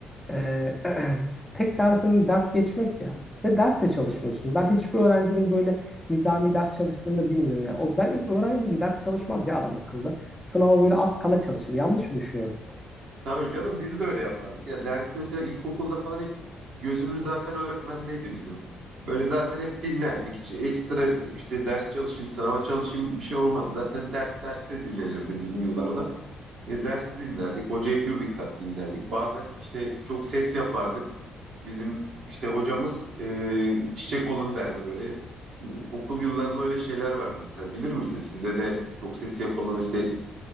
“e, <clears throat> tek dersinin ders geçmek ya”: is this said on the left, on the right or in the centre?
Centre